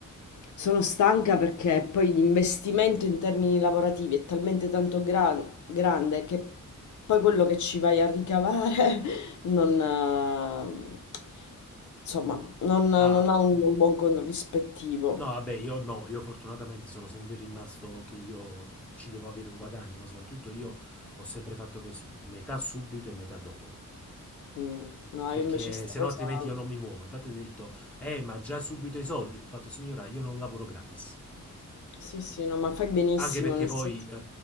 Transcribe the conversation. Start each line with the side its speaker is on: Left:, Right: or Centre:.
Left: Sono stanca perché poi l'investimento in termini lavorativi è talmente tanto gra- Grande, che poi quello che ci vai a ricavare <laughs> non, eh, insomma, non, non
Centre: Ah,
Left: ha un, un buon corrispettivo.
Centre: No, vabbè, io no, io fortunatamente sono sempre rimasto che io ci devo avere un guadagno, ma soprattutto io ho sempre fatto così, metà subito e metà dopo.
Left: Mm, No,
Centre: Perché
Left: io invece sta
Centre: se
Left: cosa...
Centre: no altrimenti io non mi muovo. Infatti ho detto, eh, ma già subito i soldi. Ho fatto, signora, io non lavoro gratis.
Left: Sì, sì, no, ma fai benissimo,
Centre: Anche perché
Left: nel
Centre: poi
Left: senso...
Centre: eh,